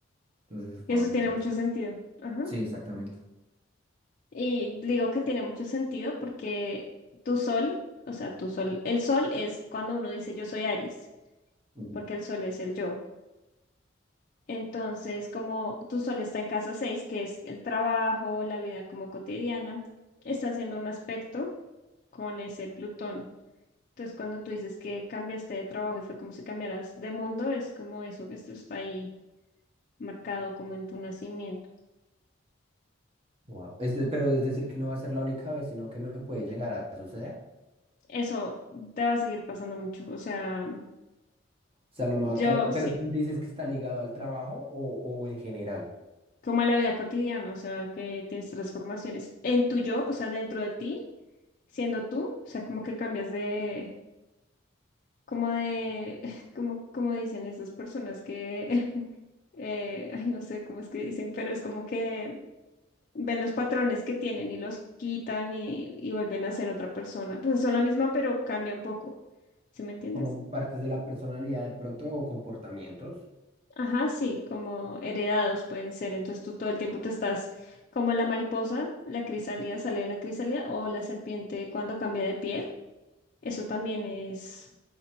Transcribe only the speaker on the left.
eso
tiene
mucho sentido, ajá,
y digo que tiene mucho sentido porque tu sol, o sea, tu sol, el sol es cuando uno dice yo soy Aries,
porque el sol es el yo. Entonces, como tú solo está en casa 6, que es el trabajo, la vida como cotidiana, está haciendo un aspecto con ese Plutón. Entonces, cuando tú dices que cambiaste de trabajo y fue como si cambiaras de mundo, es como eso que esto está ahí marcado como en tu nacimiento.
Eso te va a seguir pasando mucho. O sea,
yo
sí,
como a la vida cotidiana, o sea, que tienes transformaciones en tu yo, o sea, dentro de ti, siendo tú, o sea, como que cambias de como de, <laughs> como, como dicen esas personas que, <laughs> eh, ay, no sé cómo es que dicen, pero es como que ven los patrones que tienen y los quitan y, y vuelven a ser otra persona. Pues son la misma, pero cambia un poco. ¿Sí me entiendes?
Ajá, sí, como heredados pueden ser. Entonces tú todo el tiempo te estás como la mariposa, la crisálida sale de la crisálida o la serpiente cuando cambia de piel. Eso también es